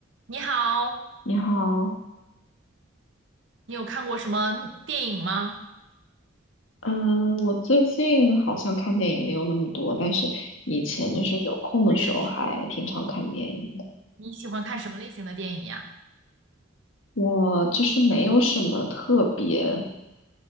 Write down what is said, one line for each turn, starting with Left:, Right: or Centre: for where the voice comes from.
Right: 你好，
Left: 你好，
Right: 你有看过什么电影吗？
Left: 嗯，我最近好像看电影没有那么多，但是以前就是有空的时候还挺常看电影的。
Right: 嗯我也是。你喜欢看什么类型的电影呀？
Left: 我就是没有什么特别，